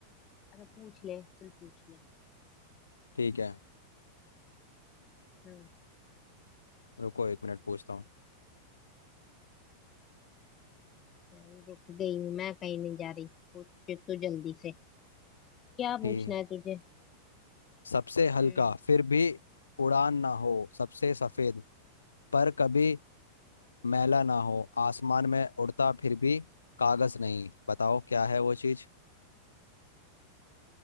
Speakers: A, on the left; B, on the left.
A: अच्छा पूछ ले चल पूछ ले
B: ठीक है
A: हम्म
B: रुको एक मिनट पूछता हूँ
A: चल, रुक गई हूँ मैं कहीं नहीं जा रही पूछ तो जल्दी से क्या
B: ठीक
A: पूछना है तुझे
B: सबसे हल्का
A: हम्म
B: फिर भी उड़ान ना हो सबसे सफेद पर कभी मैला ना हो आसमान में उड़ता फिर भी कागज नहीं बताओ क्या है वो चीज